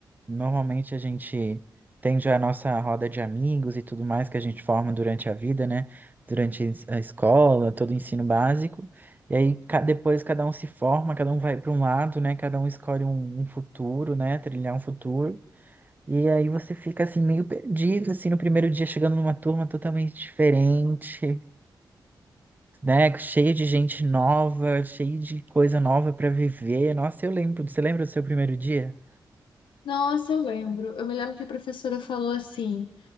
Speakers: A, on the right; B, on the left.
A: Normalmente a gente tem já a nossa roda de amigos e tudo mais que a gente forma durante a vida, né? Durante a escola, todo o ensino básico. E aí ca- depois cada um se forma, cada um vai para um lado, né? Cada um escolhe um, um futuro, né? Trilhar um futuro. E aí você fica assim meio perdido, assim, no primeiro dia chegando numa turma totalmente diferente né? Cheio de gente nova, cheio de coisa nova pra viver. Nossa, eu lembro. Você lembra do seu primeiro dia?
B: Nossa, eu lembro. Eu me lembro que a professora falou assim.